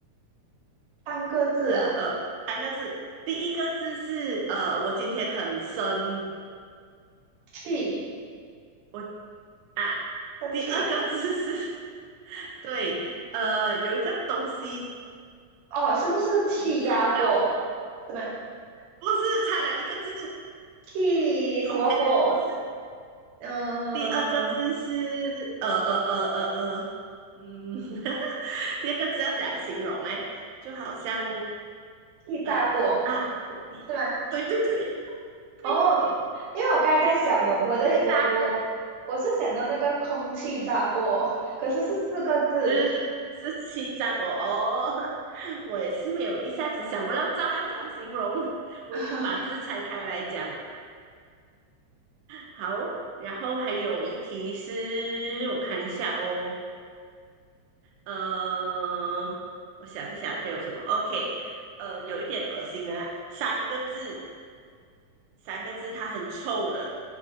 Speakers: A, on the right; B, on the right.
A: 三个字啊，
B: 呃呃，三个字，第一个字是呃，我今天很生，
A: 气，
B: 我啊，
A: 生气，
B: 第二个字是 <laughs> 对，呃，有一个东西
A: 哦，是不是气压锅？
B: 你踩到，
A: 是吗？
B: 不是差了一个字，
A: 气什么锅？
B: 中间那个不是
A: 嗯、
B: 第二个字是呃呃呃呃呃，嗯，<laughs> 第二个字要怎样形容哎？就好像
A: 气炸锅
B: 呃啊，你对对对
A: 是吗？
B: <laughs> 对，
A: 哦，因为我刚才在想，我我的我我我是想到那个空气炸锅，
B: 气炸锅，
A: 可是是四个字。
B: 对对对，是气炸锅哦。<laughs> 我也是没有一下子想不到炸要怎样形容，<laughs> 我已经把字拆开来讲了。
A: <laughs>
B: 好，然后还有一题是我看一下哦，嗯、我想一想还有什么？OK，呃，有一点恶心啊，三个字，三个字，它很臭的，